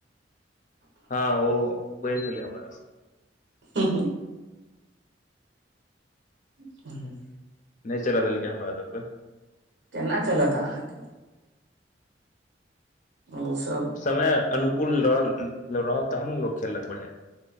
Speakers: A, on the left; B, on the right.
A: <inaudible> हँ ओ बढ़ गेल हमरा स
B: <unintelligible> <unintelligible>
A: नै चल देलकै हमरा सब कऽ
B: केना चलत अहाँकेँ ओ सब
A: समय अनुकूल रहल रहल तहन न लोक खेललक बढ़िया